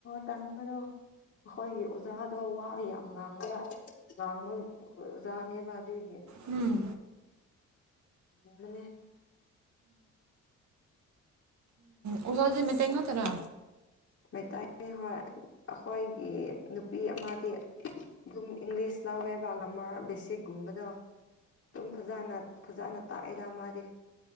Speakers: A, on the left; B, on the right.
A: ꯇꯝꯕꯗꯣ ꯑꯩꯈꯣꯏꯒꯤ ꯑꯣꯖꯥꯗꯣ ꯋꯥ ꯌꯥꯝ ꯉꯥꯡꯕꯌꯥꯗꯦ ꯂꯥꯡꯕ ꯑꯣꯖꯥꯅꯤꯕꯗꯨꯒꯦ
B: ꯎꯝ
A: ꯑꯕꯅꯦ
B: ꯑꯣꯖꯥꯁꯦ ꯃꯩꯇꯩ ꯉꯥꯛꯇꯔ
A: ꯃꯩꯇꯩꯅꯦ ꯍꯣꯏ ꯑꯩꯈꯣꯏꯒꯤ ꯅꯨꯄꯤ ꯑꯃꯗꯤ ꯑꯗꯨꯝ ꯏꯪꯂꯤꯁ ꯂꯥꯎꯋꯦꯕ ꯒꯔꯃꯔꯥ ꯕꯦꯁꯤꯛꯀꯨꯝꯕꯗꯣ ꯑꯗꯨꯝ ꯐꯖꯅ ꯐꯖꯅ ꯇꯥꯛꯑꯦꯗ ꯃꯥꯗꯤ